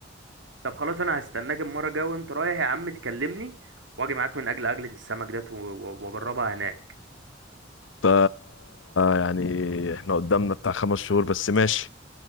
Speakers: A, on the right (about 75°); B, on the left (about 80°).
A: طب خلاص أنا هستناك المرة الجاية وأنت رايح يا عم تكلمني وأجي معاك من أجل أكلة السمك ديت و- و- وأجربها هناك
B: ف يعني إحنا قدامنا بتاع خمس شهور بس ماشي